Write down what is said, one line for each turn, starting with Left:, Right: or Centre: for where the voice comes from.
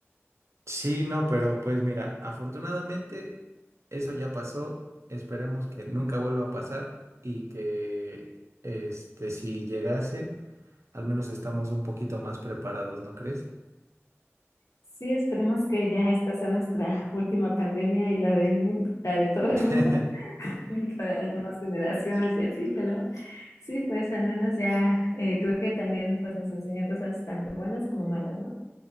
Right: Sí, no, pero pues mira, afortunadamente eso ya pasó. Esperemos que nunca vuelva a pasar y que este si llegase, al menos estamos un poquito más preparados, ¿no crees?
Left: Sí, esperemos que ya esta sea nuestra última pandemia y la del mundo, la de todo
Right: <laughs>
Left: el mundo. <laughs> para las nuevas generaciones y así, pero sí, pues al menos ya eh, creo que también pues nos enseñó cosas tanto buenas como malas, ¿no?